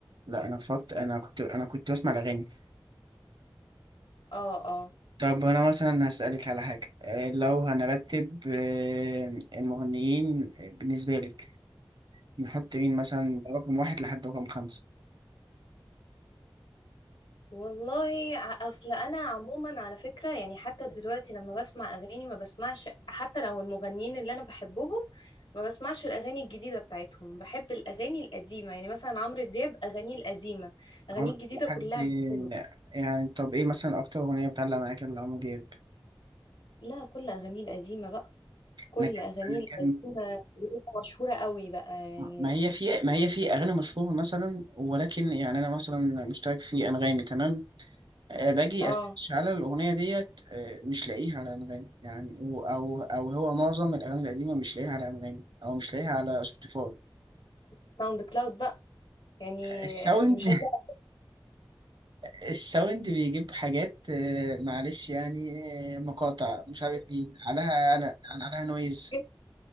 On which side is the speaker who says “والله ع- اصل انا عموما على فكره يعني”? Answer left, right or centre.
Left